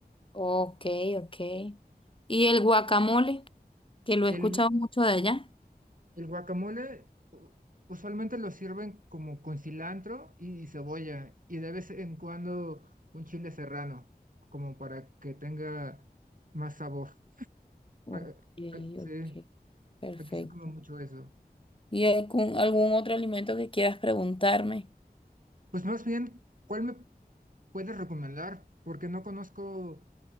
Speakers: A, on the left (about 30°); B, on the right (about 55°).
A: Ok, ok. Y el guacamole, que lo
B: El,
A: he escuchado mucho de allá.
B: el guacamole u- usualmente lo sirven como con cilantro y cebolla y de vez en cuando un chile serrano, como para que tenga más sabor.
A: Ok,
B: Ah, ah, sí,
A: ok. Perfecto.
B: aquí se come mucho eso.
A: ¿Y algún, algún otro alimento que quieras preguntarme?
B: Pues más bien, ¿cuál me puedes recomendar? Porque no conozco